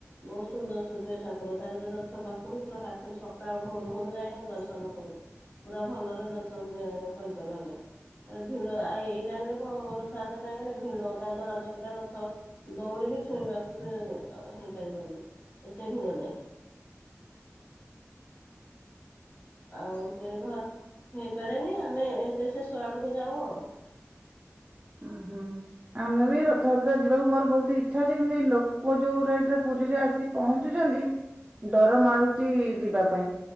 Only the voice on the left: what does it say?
ବହୁତ ସୁନ୍ଦର ସୁବିଧା ଠାକୁର ତାର ଯୋ ରଥ ପାଖରୁ ପୁରା ପାଖରୁ ସକାଳୁ ଭୋର ଭୋରୁ ଯାଇ ଆମେ ଦର୍ଶନ କରୁ। ପୁରା ଭଲରେ ଦର୍ଶନ କରିପାରୁ ଆମେ। ଭିଡ ଆଉ ଏଇ ଟାଇମ ରେ କଣ ହବ ରଥଯାତ୍ରା ଟାଇମରେ ଭିଡ ତା ଦଳା ଚକଟା ରଥ। ଦୌଡି ବି ଛୁଇଁବାକୁ ବି ହେଇପାରିବନି ଏତେ ଭିଡ ଯେ। ଆଉ ସେ ଧ ହେଇପାରେନି ଆମେ ଏ ସେସ ଆଡକୁ ଯାଉ ଆଉ।